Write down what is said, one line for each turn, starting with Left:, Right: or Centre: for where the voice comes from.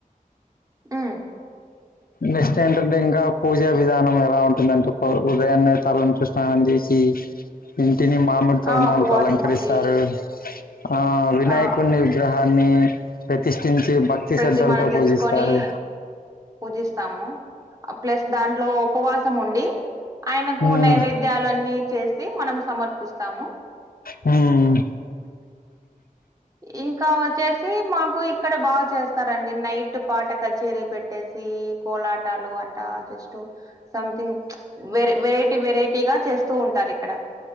Right: ఉమ్,
Left: నెక్స్ట్ ఏంటంటే ఇంకా పూజా విధానం ఎలా ఉంటుందంటే ఉదయాన్నే తలంచి స్నానం చేసి ఇంటిని మామిడి తోరణాలతో
Right: ఆ ఉపవాసం
Left: అలంకరిస్తారు
Right: ఉండి
Left: ఆ వినాయకుడిని
Right: ఆ
Left: విగ్రహాన్ని ప్రతిష్ఠించి భక్ తి
Right: ప్రతిమను
Left: శ్రద్దలతో
Right: తెచ్చుకొని
Left: పూజిస్తారు.
Right: పూజిస్తాము ప్లస్ దాంట్లో ఉపవాసముండి ఆయనకు
Left: ఉమ్,
Right: నైవేద్యాలు అన్నీ చేసి మనం సమర్పిస్తాము.
Left: హుమ్
Right: ఇంకా వచ్చేసి మాకు ఇక్కడ బాగా చేస్తారండి నైట్ పాట కచేరీ పెట్ పెట్టేసి కోలాటాలు అంటా జస్ట్ సంథింగ్ వెర వెరైటీ వెరైటీగా చేస్తూ ఉంటారు ఇక్కడ.